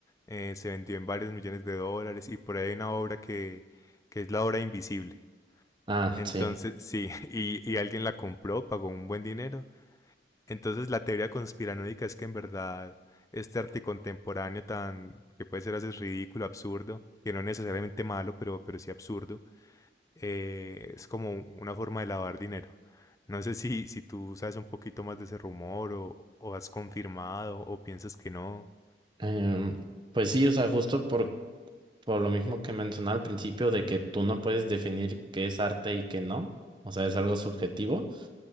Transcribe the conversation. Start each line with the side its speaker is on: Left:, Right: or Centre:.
Left: eh, se vendió en varios millones de dólares y por ahí hay una obra que, que es la obra invisible.
Right: Ah,
Left: Entonces,
Right: sí.
Left: sí, <laughs> y, y alguien la compró, pagó un buen dinero entonces la teoría conspiranoica es que en verdad este arte contemporáneo tan que puede ser a veces ridículo, absurdo, que no es necesariamente malo, pero, pero sí absurdo, eh, es como una forma de lavar dinero. No sé si, si tú sabes un poquito más de ese rumor o, o has confirmado o piensas que no.
Right: Em, pues sí, o sea, justo por, por lo mismo que mencioné al principio de que tú no puedes definir qué es arte y qué no, o sea, es algo subjetivo,